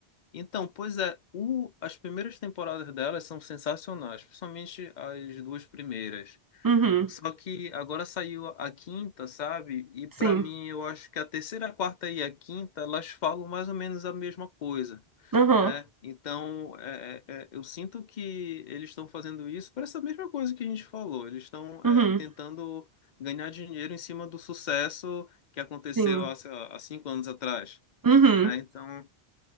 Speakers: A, on the left (about 55°); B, on the right (about 35°).
A: Então, pois é, o, as primeiras temporadas delas são sensacionais, principalmente as duas primeiras.
B: Uhum,
A: Só que agora saiu a quinta, sabe? E pra
B: sim.
A: mim, eu acho que a terceira, a quarta e a quinta, elas falam mais ou menos a mesma coisa.
B: Uhum,
A: É, então, é, é, é, eu sinto que eles estão fazendo isso para essa mesma coisa que a gente falou. Eles estão
B: uhum,
A: é, tentando ganhar dinheiro em cima do sucesso que aconteceu
B: sim.
A: há, sei lá, há cinco anos atrás.
B: Uhum,
A: né? Então,